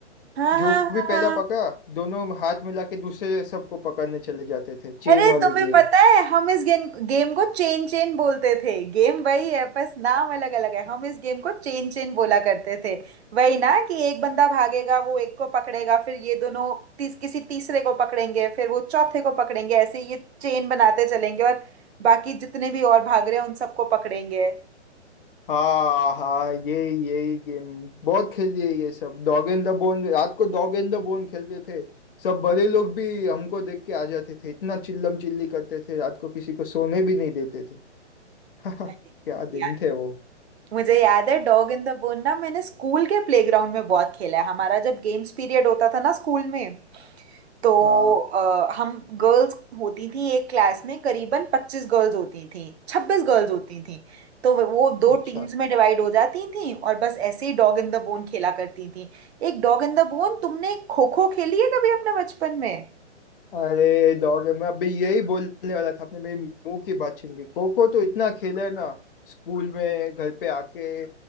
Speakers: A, on the right; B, on the left.
A: हाँ
B: जो
A: हाँ
B: भी
A: हाँ
B: पहला
A: हाँ
B: पकड़ा दोनों हाथ मिला के दूसरे सबको पकड़ने चले जाते थे चेन
A: अरे
B: वाली
A: तुम्हें
B: गेम
A: पता है हम इस गेम गेम को चेन चेन बोलते थे गेम वही है बस नाम अलग अलग है हम इस गेम को चेन चेन बोला करते थे वही ना कि एक बंदा भागेगा वो एक को पकड़ेगा फिर ये दोनों तीस, किसी तीसरे को पकड़ेंगे फिर वो चौथे को पकड़ेंगे ऐसे ये चेन बनाते चलेंगे और बाकी जितने भी और भाग रहे हैं उन सबको पकड़ेंगे
B: हाँ हाँ यही यही गेम बहुत खेलिए ये सब डॉग एंड द बोन रात को डॉग एंड द बोन खेलते थे सब बड़े लोग भी हमको देख के आ जाते थे इतना चिल्लम चिल्ली करते थे रात को किसी को सोने भी नहीं देते थे <laughs> क्या
A: अरे
B: दिन
A: यार
B: थे वो
A: मुझे याद है डॉग इन द बोन ना मैंने स्कूल के प्लेग्राउंड में बहुत खेला है हमारा जब गेम्स पीरियड होता था ना स्कूल में तो
B: हाँ
A: अ, हम गर्ल्स होती थी एक क्लास में करीबन पच्चीस गर्ल्स होती थी छब्बीस गर्ल्स होती थी तो वे- वो दो
B: अच्छा
A: टीम्स में डिवाइड हो जाती थी और बस ऐसे ही डॉग इन द बोन खेला करती थी एक डॉग इन द बोन तुमने खो खो खेली है कभी अपने बचपन में
B: अरे डॉग मैं अभी यही बोलने वाला था आपने मेरी मुंह की बात छीन ली खो खो तो इतना खेला है ना स्कूल में घर पे आके